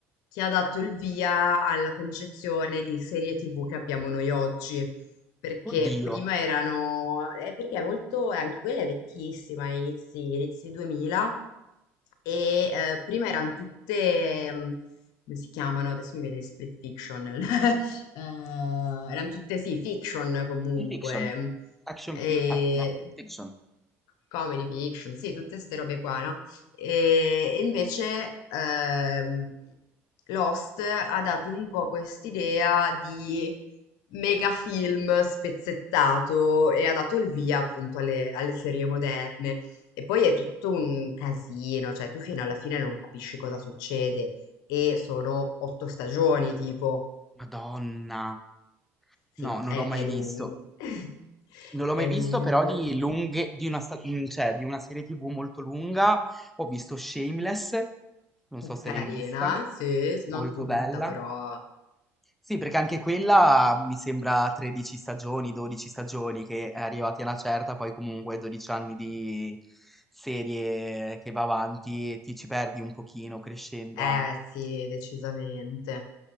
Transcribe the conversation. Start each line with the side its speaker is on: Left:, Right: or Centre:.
Left: che ha dato il via alla concezione di serie TV che abbiamo noi oggi. Perché
Centre: Oddio.
Left: prima erano... eh, perché è molto... eh, anche quella è vecchissima, è inizi, inizi 2000, e eh, prima erano tutte... mm, come si chiamano? Adesso mi viene split fiction. <laughs> Eh, erano tutte, sì, fiction comunque.
Centre: Fiction. Action
Left: E
Centre: fic... ah, no, fiction.
Left: comedy fiction, sì, tutte queste robe qua, no? E, e invece ehm, Lost ha dato un po' quest'idea di mega film spezzettato e ha dato il via appunto alle, alle serie moderne. E poi è tutto un casino, cioè tu fino alla fine non capisci cosa succede e sono otto stagioni, tipo.
Centre: Madonna.
Left: Sì,
Centre: No,
Left: no,
Centre: non
Left: è,
Centre: l'ho mai
Left: è lungo.
Centre: visto.
Left: <laughs>
Centre: Non l'ho mai
Left: È
Centre: visto,
Left: lungo.
Centre: però di lunghe, di una, sta- mm, cioè, di una serie TV molto lunga. Ho visto Shameless, non so se
Left: Carina,
Centre: l'hai vista,
Left: sì, s- non
Centre: molto
Left: tutta,
Centre: bella.
Left: però
Centre: Sì, perché anche quella mi sembra 13 stagioni, 12 stagioni, che è arrivati a una certa, poi comunque 12 anni di serie che va avanti e ti ci perdi un pochino crescendo
Left: Eh
Centre: anche.
Left: sì, decisamente.